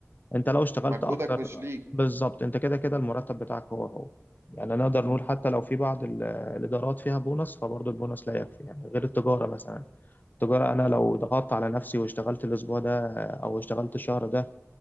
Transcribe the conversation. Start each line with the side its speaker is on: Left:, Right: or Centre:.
Left: انت لو اشتغلت
Right: مجهودك
Left: اكتر
Right: مش ليك
Left: بالظبط انت كده كده المرتب بتاعك هو هو يعني نقدر
Right: مم.
Left: نقول حتى لو في بعض ال- الادارات فيها بونص فبرضه البونص لا يكفي يعني غير التجارة مثلا التجارة انا لو
Right: مم.
Left: ضغطت على نفسي واشتغلت الاسبوع ده او اشتغلت الشهر ده